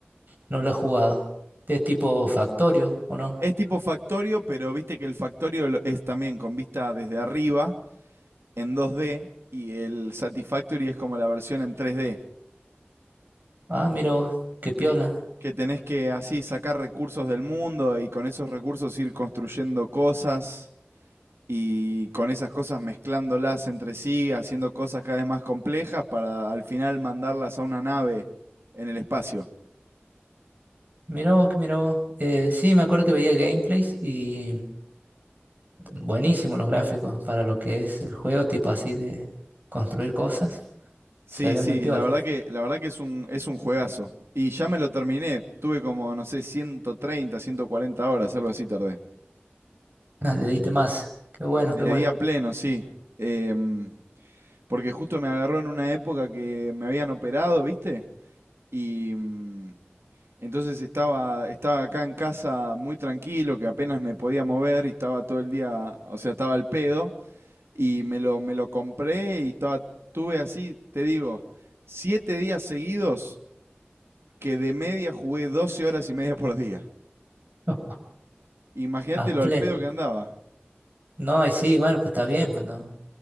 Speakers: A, on the right; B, on the right.
A: no lo he jugado. Es tipo Factorio, ¿o no?
B: Es tipo Factorio, pero viste que el Factorio lo- es también con vista desde arriba en 2D y el Satisfactory es como la versión en 3D.
A: Ah, mira vos, qué piola.
B: que, que tenés que así sacar recursos del mundo y con esos recursos ir construyendo cosas y con esas cosas mezclándolas entre sí, haciendo cosas cada vez más complejas para al final mandarlas a una nave en el espacio.
A: Mira vos, que mira vos. Eh, sí, me acuerdo que veía gameplays y buenísimos los gráficos para lo que es el juego, tipo así de construir cosas.
B: Sí,
A: Se ve
B: sí,
A: muy piola.
B: la verdad que, la verdad que es un, es un juegazo. Y ya me lo terminé, tuve como, no sé, ciento treinta ciento cuarenta horas, algo así tardé.
A: Ah, le diste más. Qué bueno,
B: Le
A: qué bueno.
B: di a pleno, sí. Em, porque justo me agarró en una época que me habían operado, ¿viste? Y mm, entonces estaba, estaba acá en casa muy tranquilo, que apenas me podía mover y estaba todo el día, o sea, estaba al pedo. Y me lo, me lo compré y estaba, tuve así, te digo, siete días seguidos que de media jugué 12 horas y media por día.
A: <laughs>
B: Imagínate
A: A pleno.
B: lo al pedo que andaba.
A: No, y sí, bueno, pues está bien, pues no,